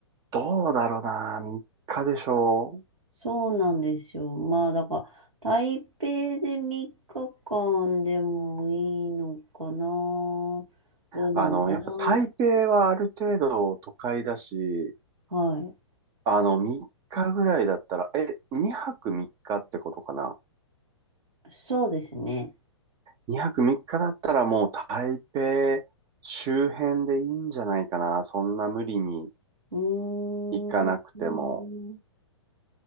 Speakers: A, on the right; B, on the right.
A: どうだろうな、3日でしょ
B: そうなんですよ。まあ、だから、台北で3日間でもいいのかな。どうなのかな。
A: あの、やっぱ台北はある程度都会だし、
B: はい。
A: あの、3日ぐらいだったら、え、2泊3日っかってことかな。
B: そうですね。
A: 2泊3日だったらもう台北周辺でいいんじゃないかな。そんな無理に
B: うーん。
A: 行かなくても。